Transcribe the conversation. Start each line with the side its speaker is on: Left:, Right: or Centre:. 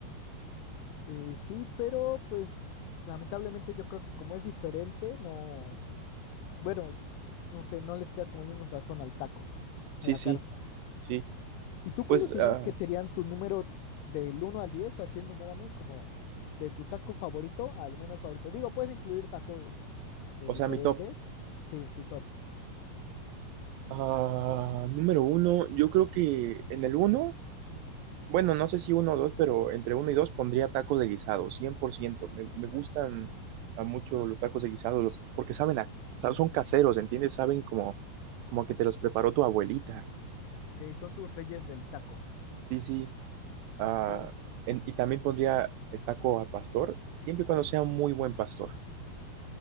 Left: eh, sí, pero pues lamentablemente yo creo que como es diferente, no. Bueno, no sé, no les queda como el mismo sazón al taco,
Right: Sí,
Left: a la
Right: sí,
Left: carne.
Right: sí.
Left: ¿Y tú cuáles
Right: Pues,
Left: dirías
Right: ah,
Left: que serían tu número del uno al 10, Así el numérame como de tu taco favorito al menos favorito. Digo, puedes incluir tacos de
Right: o
Left: diferentes.
Right: sea, mi top.
Left: Sí, tu top.
Right: Ah, número uno, yo creo que en el uno, bueno, no sé si uno o dos, pero entre uno y dos pondría tacos de guisado, cien por ciento Me, me gustan a mucho los tacos de guisado, los- porque saben, a- sa- son caseros, ¿entiendes? Saben como, como que te los preparó tu abuelita.
Left: Ok, son tus reyes del taco.
Right: Sí, sí. Ah,
Left: Ok,
Right: en- y también pondría el taco al pastor, siempre y cuando sea un muy buen pastor.